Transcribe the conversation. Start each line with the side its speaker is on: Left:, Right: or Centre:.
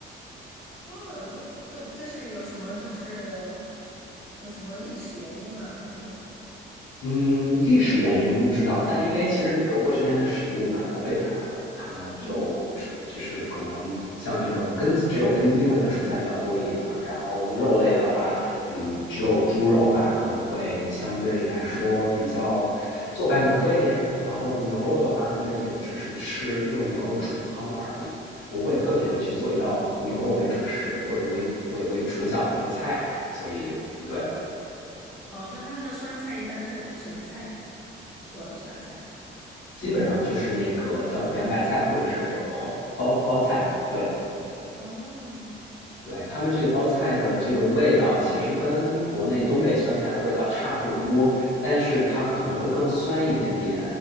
Centre: 哦，为为这是有什么就是有什么历史原因吗？还是
Left: 嗯，历史原因不知道，但因为其实德国这边的食物蛮匮乏的，他们就只就是可能像这种根只有根茎类的蔬菜比较多一点嘛，
Centre: 嗯，
Left: 然后肉类的话，嗯，只有猪肉吧，可能会相对来说比较做法比较多一点，然后牛肉的话，他们也只是吃用牛肉煮汤而已，不会特别的去做一道牛肉为主食或者为为为主角的一个菜，所以对。
Centre: 哦，那他们的酸菜一般是什么菜做的酸菜？
Left: 基本上就是那个叫圆白菜或者是包
Centre: 嗯，
Left: 包包菜，对
Centre: 哦。
Left: 对，他们这个包菜的这个味道其实跟国内东北酸菜的味道差不多，但是它可能会更酸一点点，